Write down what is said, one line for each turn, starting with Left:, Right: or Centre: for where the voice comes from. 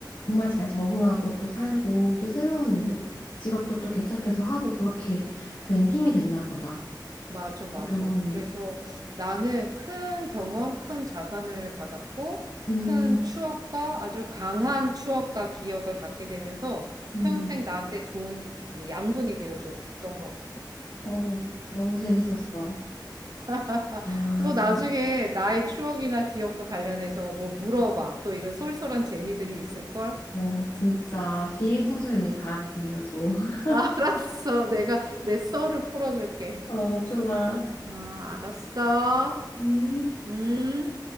Left: 정말 잘 적응하고 또 살고 또 새로운 일- 직업도 또 개척해서 하고 그렇게 된 힘이 됐나 보다.
Right: 맞아, 맞아.
Left: 그 경험이.
Right: 그래서 나는 큰 경험, 큰 자산을 받았고,
Left: 음,
Right: 큰 추억과 아주 강한 추억과 기억을 갖게 되면서
Left: 음,
Right: 평생 나한테 좋은 양분이 되어 줬던 것 같아.
Left: 어, 너무 재밌었어.
Right: <laughs>
Left: 아,
Right: 또 나중에
Left: 좀,
Right: 나의 추억이나 기억과 관련해서 뭐 물어봐. 또 이런 쏠쏠한 재미들이 있을걸?
Left: 어, 진짜 비행 청소년 얘기 다음에 들려줘. <laughs>
Right: <laughs> 알았어. 내가 내 썰을 풀어줄게.
Left: 어, 좋아.
Right: 아, 알았어.
Left: 음.
Right: 음.